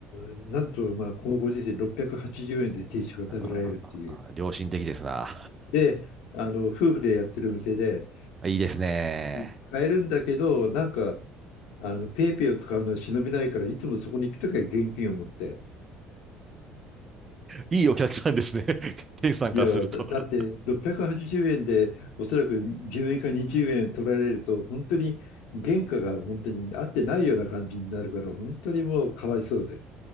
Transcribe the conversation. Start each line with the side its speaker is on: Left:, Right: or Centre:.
Left: んなんと、まあ、このご時世680円で定食が食べられるっていう。
Right: あー良心的ですな。
Left: で、あの、夫婦でやってる店で、
Right: <laughs> いいですね。
Left: 使えるんだけど、なんか、あの、ペイペイを使うのは忍びないから、いつもそこに行くときは現金を持って。
Right: いいお客さんですね。<laughs> 店主さんからすると。
Left: いや、だ、だって680円で、おそらく10円か20円取られると、本当に原価が本当に合ってないような感じになるから、本当にもうかわいそうで。